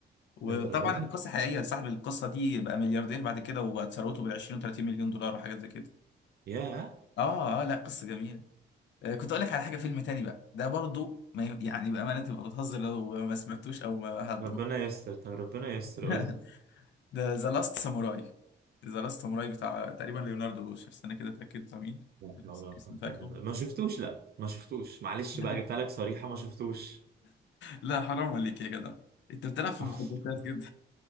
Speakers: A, on the left; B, on the right.
A: وطبعا
B: للدرجه دي
A: القصه حقيقيه صاحب القصه دي بقى ملياردير بعد كده وبقت ثروته بال 20 و 30 مليون دولار وحاجات زي كده
B: يا
A: اه اه لا قصه جميله آه، كنت اقول لك على حاجه فيلم تاني بقى ده برضو ما ي- يعني بامانه تبقى بتهزر لو ما سمعتوش او ما حد
B: ربنا يستر طب ربنا يستر
A: <laughs>
B: قول لي
A: ده ذا لاست ساموراي ذا لاست ساموراي بتاع تقريبا ليوناردو شوف استنى كده اتاكد بتاع مين
B: لا
A: بس
B: حول ولا قوة
A: اسم فاكره
B: إلا بالله ما شفتوش لا ما شفتوش معلش
A: لا
B: بقى
A: لا
B: جبتها لك صريحة ما شفتوش
A: لا حرام عليك يا جدع انت بتلعب في
B: <laughs>
A: مخططات كده